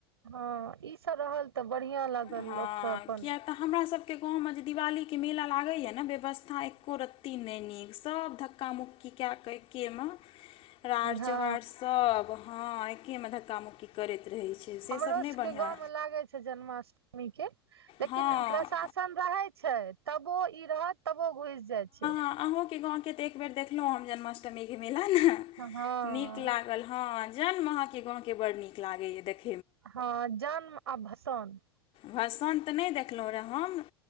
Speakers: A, on the right; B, on the left.
A: हँ ई से रहल तऽ बढ़िया लागल
B: हँ
A: लोक के अपन
B: किया तऽ हमरा सबके गाँवमे जे दिवाली के मेला लागै यै न व्यवस्था एक्को रत्ती नै नीक सब धक्क का मुक्की कए कै एके मे राड़ चोहार
A: हँ
B: सब हँ एकऐे मे धक्का मुक्की करैत रहै छै। सेसभ
A: हमरो
B: नहि
A: सबके
B: बढ़िआँ
A: गाँवमे लागै छै जन्माष्टमीके। लेकिन
B: हँ
A: प्रशासन रहै छै तबो ई रहत तबो घुइस जाइ छै।
B: ह आहु के गाँव के त एक बेर देखनौ जन्माष्टमीके मेला नऽ
A: हँ
B: नीक लाग हँ जन्म अहाँके गाँंव के बड़ नीक लागैए देख
A: हँ जन्म आ भसान।
B: भसान तऽ नहि देखलहु रह हम